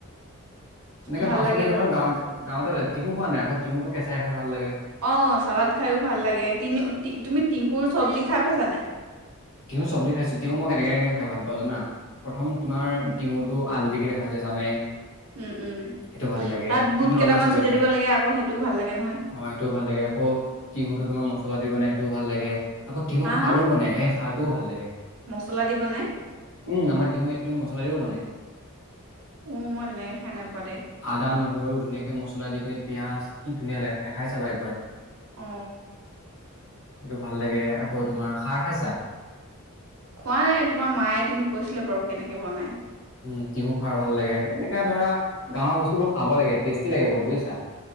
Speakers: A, on the left; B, on the right.
A: এনেকে
B: ভাল
A: পাচলি
B: লাগে
A: ধৰা
B: অ
A: গাঁৱত গাঁৱতে তিহু খোৱা নাই আকৌ তিহুটো কেঁচাই খাই ভাল লাগে।
B: অ চালাদ খাইও ভাল লাগে তিনি তুমি তিহুৰ চব্জি খাই পাইছা নাই
A: তিহু চবজি খাইছো তিহু ম'ই কেনেকে কেনেকে খাই ভাল পাওঁ জানা প্ৰথম তোমাৰ তিহুটো আলু দি কিনে ভাজে জানায়ে।
B: উম, উম।
A: সেইটো ভাল লাগে
B: তাত
A: সেইটো,
B: বুট
A: নৰ্মেল
B: কেইটামান
A: চবে
B: ছটিয়াই
A: খায়
B: দিব লাগে আকৌ সেইটোও ভাল লাগে নহয়
A: অ, 'সেইটোও ভাল লাগে আকৌ তিহুটো তোমাৰ মছলা দি বনাই সেইটো ভাল লাগে। আকৌ তিহু
B: হা
A: খাৰো
B: হা
A: বনাই এই খাৰটোও ভাল লাগে।
B: মছলা দি বনাই।
A: উম আমাৰ তিহু এইপিনে মচলা দিও বনায়।
B: উ ম'ই তেনেকে খাই নাই পোৱা দেই।
A: আদা- নহৰু ধুনীয়াকে মছলা দি কিনে পিঁয়াজ কি ধুনীয়া লাগে খাই চাবা একবাৰ।
B: অ
A: এইটো ভাল লাগে আকৌ তোমাৰ খাৰ খাইছা
B: খোৱা নাই তোমাৰ মায়ে এদিন, কৈছিলে বাৰু কেনেকে বনায়।
A: উম তিহু খাৰ ভাল লাগে এনেকা ধৰা গাঁৱৰ বস্তু বোৰ খাব লাগে টেষ্টি লাগে বহুত বুজিছা।